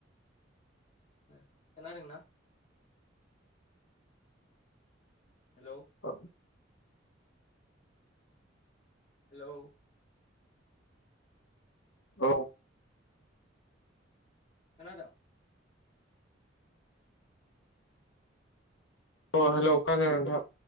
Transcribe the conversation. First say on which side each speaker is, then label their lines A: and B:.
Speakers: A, on the left (about 35°); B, on the left (about 80°).
A: ओ खोनादोंना?
B: <inaudible>
A: हेलौ
B: औ <inaudible>
A: हेलौ
B: औ।
A: खोनादों
B: अ हेल' खोनादों नोंथां